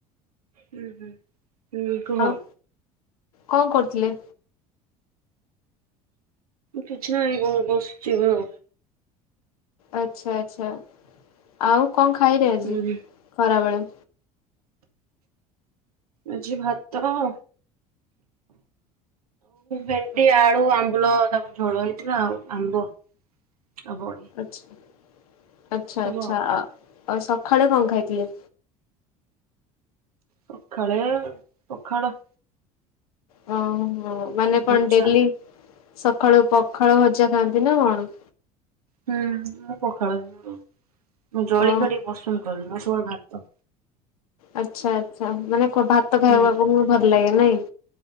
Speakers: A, on the right (about 80°); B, on the left (about 75°).
A: ହୁଁ ହୁଁ। ହୁଁ କୁହ
B: ଆଉ କଣ କରୁଥିଲେ?
A: କିଛି ନାହିଁ ବସିଛି ମୁଁ।
B: ଆଚ୍ଛା ଆଚ୍ଛା ଆଉ? କଣ ଖାଇଲ ଆଜି
A: ହୁଁ
B: ଖରାବେଳେ?
A: ଆଜି ଭାତ ଆଉ ଭେଣ୍ଡି ଆଳୁ ଆମ୍ବୁଲ ତାକୁ ଝୋଳ ହେଇଥିଲା ଆଉ ଆମ୍ବ। ଆଉ ବଡି
B: ଆଚ୍ଛା। ଆଚ୍ଛା
A: ସବୁ
B: ଆଚ୍ଛା
A: ଆଉ
B: ଆ ଆଉ ସକାଳେ କଣ? ଖାଇଥିଲ?
A: ସଖାଳେ ପଖାଳ।
B: ହଁ। ହଁ ମାନେ
A: ଭଜା
B: କଣ ଡେଲି ସ ସଖାଳୁ ପଖାଳ ଭଜା ଖାଆନ୍ତି ନା କଣ?
A: ହୁଁ ମୁଁ ପଖାଳ <unintelligible> ମୁଁ ଜଳିଖିଆ
B: ଓ
A: ଟିକେ ପସନ୍ଦ କରୁନି। ଟୋଳ ଭାତ
B: ଆଚ୍ଛା ଆଚ୍ଛା ମାନେ କଁ ଭାତ ଖାଇବା
A: ହୁଁ
B: ପାଇଁ ତମକୁ ଭଲ ଲାଗେ? ନାଇଁ।